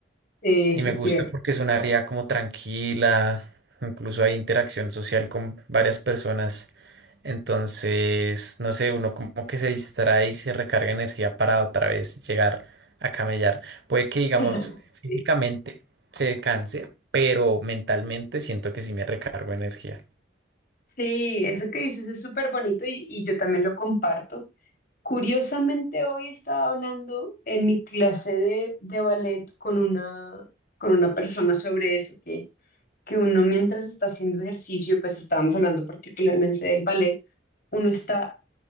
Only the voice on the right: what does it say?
Y me
gusta
porque es un área como tranquila, incluso hay interacción social con varias personas. Entonces, no sé, uno como que se distrae y se recarga energía para otra vez llegar a camellar. Puede que, digamos,
físicamente se canse, pero mentalmente siento que sí me recargo energía.